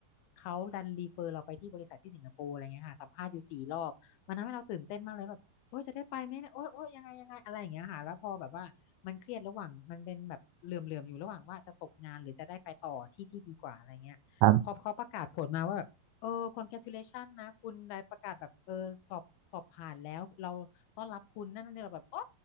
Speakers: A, on the left; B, on the right.
A: เขาดันรีเฟอร์เราไปที่บริษัทที่สิงคโปร์อะไรเงี้ยค่ะสัมภาษณ์อยู่สี่รอบมันทำให้เราตื่นเต้นมากเลยแบบโอ๊ยจะได้ไปไหมเนี่ยโอ๊ยโอ๊ยยังไงยังไงอะไรอย่างเงี้ยค่ะแล้วพอแบบว่ามันเครียดระหว่างมันเป็นแบบเหลื่อมๆอยู่ระหว่างว่าจะตกงานหรือจะได้ไปต่อที่ที่ดีกว่าอะไรเงี้ยพอเขาประกาศผลมาว่าแบบ
B: ครับ
A: เออ congratulation นะคุณได้ประกาศแบบเออสอบสอบผ่านแล้วเราต้อนรับคุณนั่นนี่เราแบบโอ้